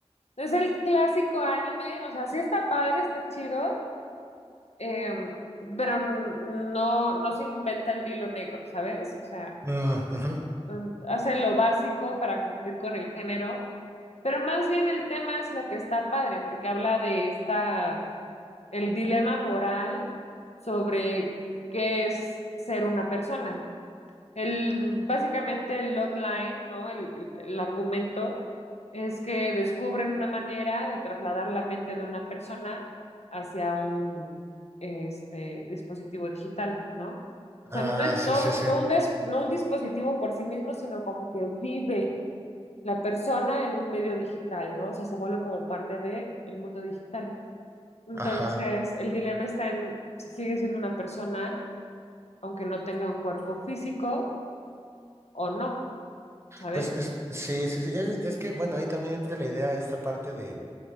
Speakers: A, on the left; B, on the right.
A: es el clásico anime, o sea, sí está padre, está chido. Eh, pero no, no se inventa el hilo negro, ¿sabes? O sea,
B: Mm, ujú.
A: em, hace lo básico para cumplir con el género, pero más bien el tema es lo que está padre, porque habla de esta, el dilema moral sobre qué es ser una persona. El, básicamente el logline, ¿no? El, el- el argumento es que descubren una manera de trasladar la mente de una persona hacia un este, dispositivo digital, ¿no? O
B: Ah,
A: sea, no,
B: sí,
A: no,
B: sí, sí.
A: no un des- no un dispositivo por sí mismo, sino como que vive la persona en un medio digital, ¿no? O sea, se vuelve como parte del mundo digital. Entonces,
B: Ajá.
A: el dilema está en si sigue siendo una persona, aunque no tenga un cuerpo físico o no. ¿sabes?
B: Pues es, sí, sí, sí. Es, es que, bueno, ahí también entra la idea, esta parte de,